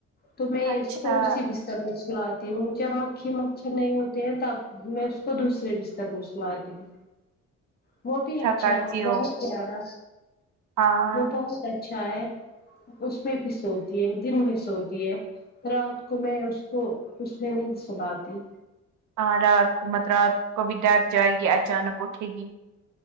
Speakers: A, on the left (about 30°); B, on the right (about 70°).
A: تو میں
B: اچھا
A: اس کو اسی بستر میں سلاتی ہوں جب مکھی مچھر نہیں ہوتے ہیں تب میں اس کو دوسرے بستر میں سناتی ہوں وہ بھی اچھا
B: کرتی
A: ہے
B: ہو
A: بہت پیارا
B: ہاں
A: وہ بہت اچھا ہے اس میں بھی سوتی ہے دن میں سوتی ہے رات کو میں اس کو اس میں نہیں سلاتی
B: ہاں رات کو مت رات کو ڈر جائے گی اچانک اٹھے گی